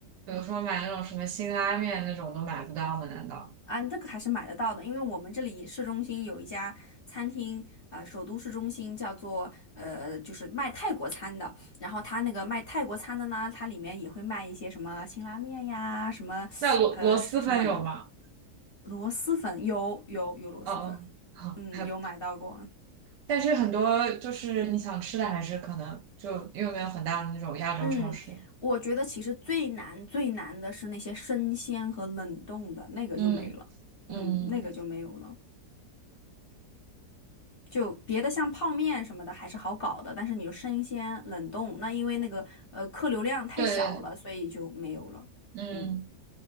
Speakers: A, on the right; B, on the left.
A: 比如说买那种什么辛拉面那种，都买不到吗？难道？
B: 啊，这个还是买得到的，因为我们这里市中心有一家餐厅，呃，首都市中心叫做呃，就是卖泰国餐的。然后它那个卖泰国餐的呢，它里面也会卖一些什么辛拉面呀，什么呃是什么
A: 那螺螺蛳粉有吗？
B: 螺蛳粉，有有有螺蛳粉，
A: 哦哦，好，
B: 嗯，
A: 还有
B: 有买到过。
A: 但是很多就是你想吃的，还是可能就因为没有很大的那种亚洲超市。
B: 嗯，我觉得其实最难最难的是那些生鲜和冷冻的，那个就没了，
A: 嗯嗯，
B: 嗯，那个就没有了。就别的像泡面什么的还是好搞的，但是你就生鲜冷冻，那因为那个呃客流量太小了，
A: 对，
B: 所以就没有了。
A: 嗯，
B: 嗯，